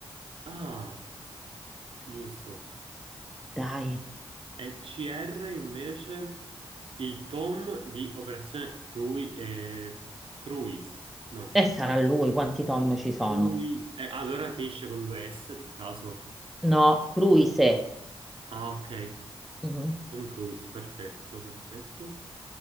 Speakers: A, on the right; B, in the centre.
A: Ah, giusto.
B: Dai.
A: E CR invece il tom di Operazione Crui... eh, Cruis. No.
B: E sarà lui, quanti Tom ci sono?
A: Lui... eh, ah, allora finisce con due S per caso.
B: No, Cruise.
A: Ah, ok.
B: Mhm.
A: Tom Cruise, perfetto, perfetto.